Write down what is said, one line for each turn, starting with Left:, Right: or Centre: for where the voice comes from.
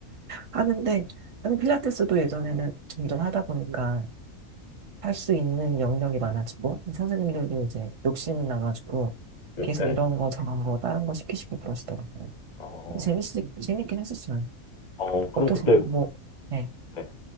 Right: 하는데 나는 필라테스도 예전에는 점점 하다 보니까 할 수 있는 영역이 많아지고 선생님들도 이제 욕심 나가지고
Left: 네.
Right: 계속 이런 거 저런 거 다른 거 시키시고 그러시더라고요.
Left: 어,
Right: 재밌 재밌긴 했었어요.
Left: 어, 그럼
Right: 어떠세요?
Left: 그때
Right: 뭐, 네.
Left: 네.